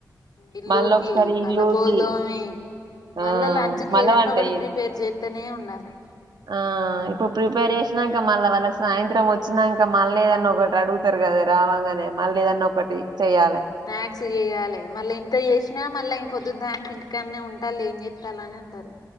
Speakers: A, on the left; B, on the right.
A: ఇల్లూకి
B: మళ్ళీ ఒకసారి
A: మళ్ళ
B: ఇల్లుకి
A: బోల్దోమి
B: ఆ
A: మళ్ళా లంచ్ కి
B: మళ్ళ
A: ఏదన్నా
B: వంట
A: ఒకటి
B: చేసి
A: ప్రిపేర్ జేత్తనే ఉండాలి
B: ఆ ఇప్పుడు ప్రిపేర్ జేసినంక అలా వాళ్ళకి సాయంత్రం వచ్చినంక మళ్ళ ఏదన్న ఒకటి అడుగుతారు కదా రావంగానే మళ్ళీ ఏదన్నా ఒకటి చెయ్యాలి
A: స్నాక్స్ జేయాలి మళ్ళీ ఇంత జేసినా మళ్ళా ఇ పొద్దుదాక ఇంటికన్నే ఉంటాలే ఏం జేత్తెర్లె అనే అంటారు